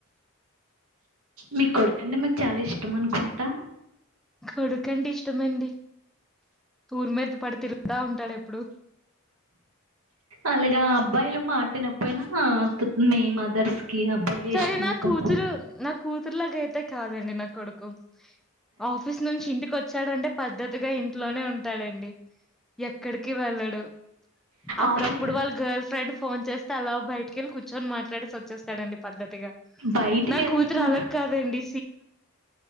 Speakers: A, on the right; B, in the centre.
A: మీ కొడుకు అంటే మీక్ చాలా ఇష్ పెట్టమనుకుంటా
B: కొడుకంటే ఇష్టమండి ఊరి మీద పడి తిరుగుతా ఉంటాడు ఎప్పుడు
A: అలాగా అబ్బాయిలు మాట వినకపోయినా మీ మదర్స్ కి అబ్బాయిలే
B: సరె
A: ఇష్టమవుతారు
B: నా కూతురు నా కూతుర్ కూతుర్లగా అయితే కాదండి నా కొడుకు ఆఫీస్ నుంచి ఇంటికి వచ్చాడంటే పద్ద్దతిగా ఇంట్లోనే ఉంటాడండి. ఎక్కడికి వెళ్ళడు. అప్పుడప్పుడు
A: ఆఫీ
B: వాళ్ళ గర్ల్ ఫ్రెండ్ ఫోన్ చేస్తే అలా బయటకిెళ్ళి కూర్చొని మాట్లాడేసి వచ్చేస్తాడండి. పద్ధతిగా
A: బయటికి
B: నా
A: వెళ్తున్నా
B: కూతుర అలగ్ కా దండి